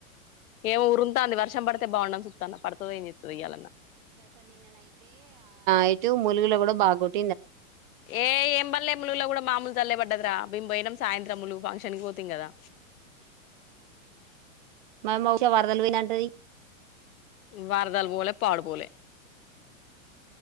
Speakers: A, on the left; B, on the right.
A: ఏము ఉరుమతాంది వర్షం పడు తే బాగుండు సూత్తన్న పడుతది ఏం చేస్తాదో ఇయ్యాలన్నా
B: అయితే ములిగీలు కూడా బాగోట్
A: ఏ ఏం బల్లే ములుగుల కూడాడా మామూలు జల్లే పడ్డదిరా బిం పోయినం సాయంత్రం ములుగు ఫంక్షన్కిి పోతి కదా
B: మ మష వరదలు పోయినాంటది
A: వారదాలు పోలే పాడు పోలే